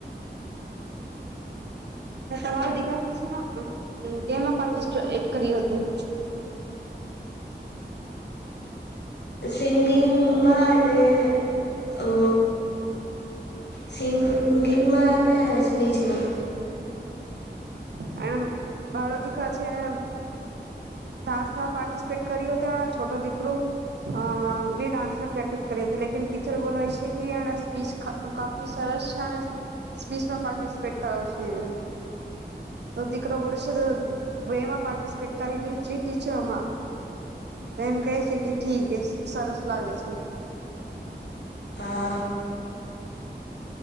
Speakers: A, on the right; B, on the left.
A: મે તમારા દીરા ખુશીમાં પાર્ટિસપેટ કર્યું હતું
B: સિંગિંગ માં અને ઓ સિંગિમાં નાને સ્પીચ માં
A: હ અને ભાડો દીખા છે ને. ડાસમાં પાર્ટિસિપેટ કર્યો હતો છોટો દીકરો અ બી ડાન્સમાં પ્રેક્ટિસ કર હતી લકન ટીચર બોલાય છે. કે એ સ્પીચ કાફી સરસ છે અને સ્પીચમાં પાર્ટિસિપેટ કરાવું છે. એને તો દીકરો બોલે છે તો બેમાં પાર્ટિસિપેટ કરીલી છે આમાં તો એમ કહે છે કે ઠીક એ સરસ લાગે છે.
B: હા